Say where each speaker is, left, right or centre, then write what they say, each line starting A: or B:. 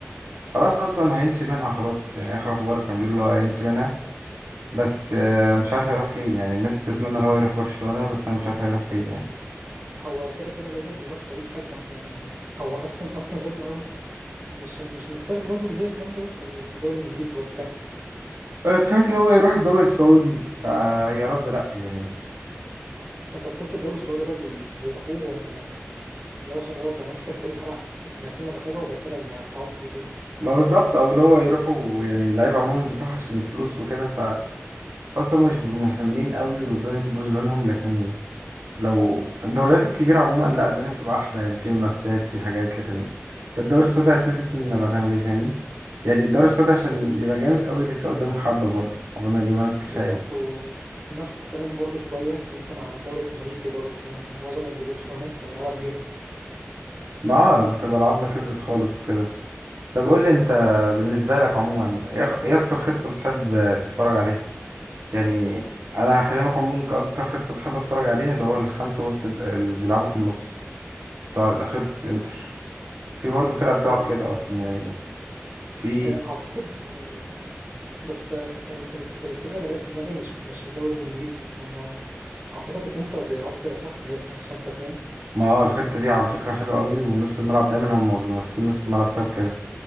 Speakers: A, on the right (about 60°); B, on the right (about 35°).
A: خلاص
B: اه
A: اصلا هيمشي منها خلاص يعني اخر اخبار كان بيقول له هيمشي منها بس آه، مش عارف هيروح فين يعني الناس بتتمنى ان هو يروح برشلونه بس انا مش عارف هيروح فين يعني
B: هو كده كده لازم يروح فريق اجمد يعني هو استون استون فيلا اه مش مش مش من الفرق برضو اللي هي الجامده قوي في ال- في الدوري الانجليزي برضو فاهم
A: انا سمعت ان هو يروح الدوري السعودي فيا رب لا يعني
B: انت تحس الدوري السعودي ده بي- بيروحوه هم يعني اللي هو خلاص انا اخر فريق هلعب فيه سنتين ولا حاجه وبعد كده هقعد في البيت
A: ما بالظبط او اللي هو يروحوا يعني اللعيبه عموما بتروح عشان الفلوس وكده اصلا مش بيبقوا مهتمين قوي والدنيا بتبوظ منهم لكن لو الدوريات الكبيره عموما لا الدنيا بتبقى احلى يعني في منافسات في حاجات لكن انت الدوري السعودي هتنافس مين ولا هتعمل ايه فاهمني يعني الدوري السعودي عشان يبقى جامد قوي لسه قدامه حبه برضه قبل ما يجيبوا ناس كفايه
B: بالظبط ونفس الكلام برضو شوية ممكن على الدوري الأمريكي برضو فاهم يعني معظم اللي بيروحوا هناك تبقى لعبة كبيرة
A: ما اه بتبقى العظمه كبرت خالص وكده طب قول لي انت بالنسبه لك عموما ايه ايه اكتر خطه بتحب تتفرج عليها يعني انا هكلمك عموما كاكتر خطه بحب اتفرج عليها اللي هو الخمسه وسط اللي بيلعبوا في النص بتوع خطه انتر في برضه فرقة بتلعب
B: اه
A: كده أصلا يعني في
B: آه، أعتقد آه، بس آه، ال- ال- الفرقة اللي جت في دماغي مش مش في الدوري الإنجليزي هم أعتقد الإنتر بيلعبوا كده صح اللي هي 3 5 2
A: ما اه الخطة دي على فكرة حلوة قوي ونص الملعب دايما هم بيبقوا ماسكين نص الملعب بسبب كده